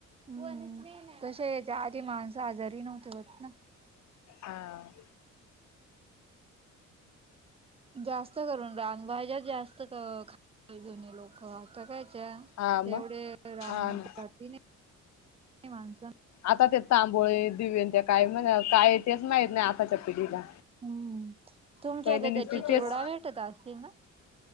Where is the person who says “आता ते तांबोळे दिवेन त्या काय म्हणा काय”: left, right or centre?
Left